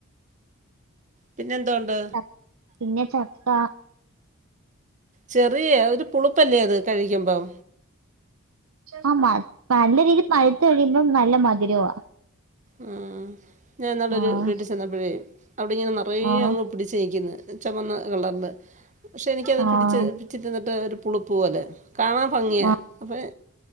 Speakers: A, on the right; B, on the right.
A: പിന്നെ എന്തൊണ്ട്
B: ച- പിന്നെ ചക്ക
A: ചെറി ഒരു പുളുപ്പല്ലേ അത് കഴിക്കുമ്പം
B: ആ നല്ല രീതിൽ പഴുത്ത് കഴിയുമ്പം നല്ല മധുരവാ
A: ആഹ ഞാൻ ഇന്നാളൊരു
B: ആഹ്
A: വീട്ടിൽ ചെന്നപ്പോഴേ അവിടെ ഇങ്ങനെ നറയെ
B: ആഹ്
A: അങ്ങ് പിടിച്ച് രിക്കുന്നു ചുമന്ന കളറില് പക്ഷേ എനിക്കത്
B: ആഹ്
A: പിടിച്ച് പിച്ചി തിന്നിട്ട് ഒരു പുളുപ്പ് പോലെ കാണാ ഭംഗിയാ
B: ആഹ്
A: അപ്പോൾ